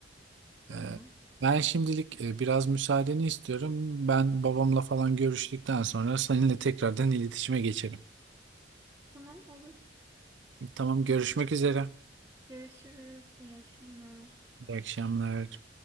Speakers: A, on the right; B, on the right.
A: Tamam.
B: Ee, ben şimdilik e, biraz müsaadeni istiyorum. Ben babamla falan görüştükten sonra seninle tekrardan iletişime geçerim.
A: Tamam olur.
B: Tamam görüşmek üzere.
A: Görüşürüz. İyi akşamlar.
B: İyi akşamlar.